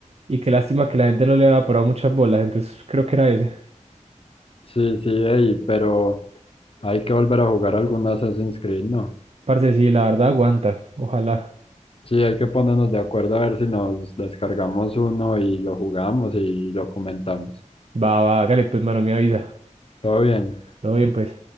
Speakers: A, on the right (about 50°); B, on the left (about 45°).
A: y qué lástima que la gente no le había parado muchas bolas, entonces creo que era ese.
B: Sí, sí, ey, pero hay que volver a jugar algún Assassin's Creed, ¿no?
A: Parce, sí, la verdad aguanta, ojalá.
B: Sí, hay que ponernos de acuerdo a ver si nos descargamos uno y lo jugamos y lo comentamos.
A: Va, va, hágale, pues, mano, me avisa.
B: Todo bien.
A: Todo bien, pues.